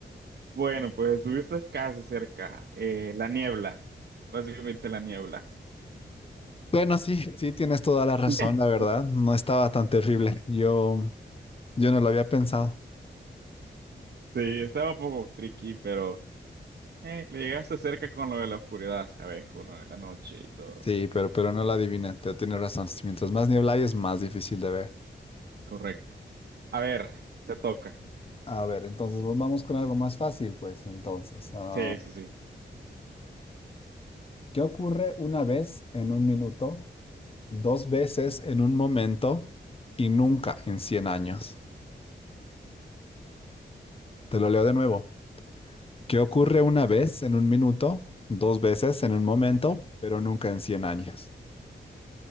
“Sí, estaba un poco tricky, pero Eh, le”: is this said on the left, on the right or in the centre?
Right